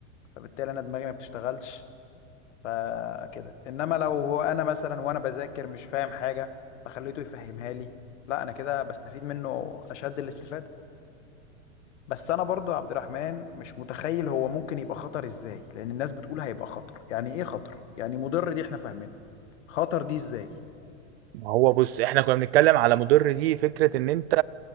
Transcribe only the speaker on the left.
فبالتالي انا دماغي ما بتشتغلش فكده انما لو هو انا مثلا وانا بذاكر مش فاهم حاجة فخليته يفهمها لي لا انا كده بستفيد منه اشد الاستفادة بس انا برضو يا عبد الرحمن مش متخيل هو ممكن يبقى خطر ازاي لان الناس بتقول هيبقى خطر يعني ايه خطر يعني مضر دي احنا فاهمينها خطر دي ازاي